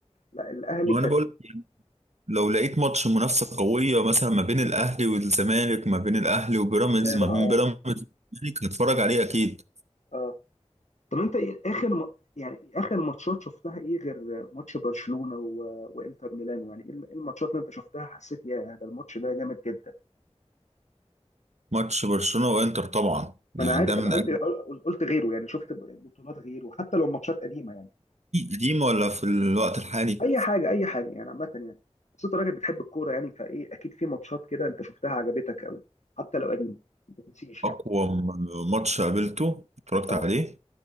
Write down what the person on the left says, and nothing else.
لا الاهلي
كان
متابع
اه
اه طب انت ايه اخر م... يعني اخر ماتشات شفتها ايه غير ماتش برشلونه و... وانتر ميلانو يعني ايه ال- إيه الماتشات اللي انت شفتها حسيت يا ده الماتش ده جامد جدا
ما انا عارف
انا قلت
قلت غيره يعني شفت بطولات غيره حتى لو ماتشات قديمه يعني
اي حاجه اي حاجه يعني عامه يعني بس انت راجل بتحب الكوره يعني فايه اكيد في ماتشات كده انت شفتها عجبتك قوي حتى لو قديمه ما تنسيش
يعني
اه